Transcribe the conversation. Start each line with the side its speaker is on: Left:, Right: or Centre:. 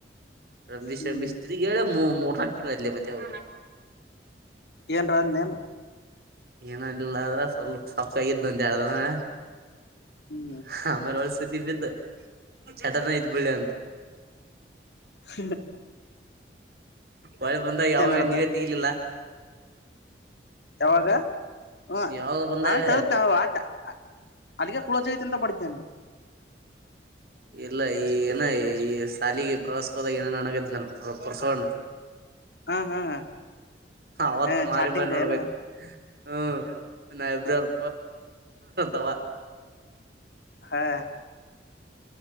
Right: ರಂಬಿಸಿ
Left: ಹ್ಮ್
Right: ರಮ್ಮಿಸಿ ತಿರುಗಳೇ ಮು ಮೂರ ಹತ್ ತಿಂಗಳಾಯಿತಲೇ
Left: ಏನ್ರ ಅದೇನ್
Right: ಏನಂದಿಲ್ಲ ಆದ್ರ ಸ್ವಲ್ಪ ಸಪ್ಪಗಿದ್ ಬಂತ ಹೇಳ್ದಾನ
Left: ಹ್ಮ್
Right: <unintelligible> ಸುದ್ದಿ ವಿಧ ಚಟನ ಐತಿ ಬಿಳ್ಳಿ ಅಂತ
Left: ಹ
Right: ಒಳಿ ಬಂದಗ ಯಾವಾಗ
Left: ನಡ್ದ
Right: ನೀವೇ ತೆಗಲಿಲ್ಲ
Left: ಯಾವಾಗ ಹ್ಮ
Right: ನೀವ್ ಯಾವಾಗ ಬಂದಾಗ
Left: <unintelligible> ಅಲ್ಲಿಗೆ ಫೋನ್ ಹಚ್ಚ ತ ಪಡಿದ್ದೆ ನಿನು
Right: ಇಲ್ಲ ಈ ಏನ ಈ ಶಾಲಿಗೆ ಪ್ರವಾಸಗೋದಾಗ ಏನೇನ್ ಅನಗದ್ನ ಪರಸುಅಣ್ಣಾ
Left: ಹಾ ಹಾ ಹ
Right: ಅವತ್
Left: ಹ
Right: ಮಾರಿ
Left: ಚಾಟಿಂಗ
Right: ಮಾರಿ ನೋಡ್ಬೇಕ
Left: ಯೆನ
Right: ಹ್ಮ್ ನ ನೈಬ್ರಲ್ ಅವಾ
Left: ಹಾ